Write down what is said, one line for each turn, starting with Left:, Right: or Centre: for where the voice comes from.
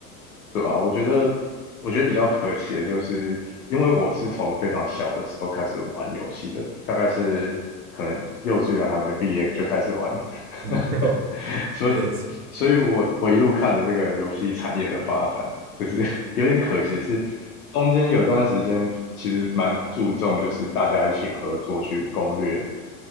Left: 对啊，我觉得，我觉得比较可惜的就是，因为我是从非常小的时候开始玩游戏的，大概是可能幼稚园还没毕业就开始玩，
Right: 嗯，
Left: <laughs>
Right: 没有，
Left: 所以，
Right: 你也出
Left: 所以我我一路看着这个游戏产业的发展，就是 <laughs> 有点可惜的是，中间有段时间其实蛮注重就是大家一起合作去攻略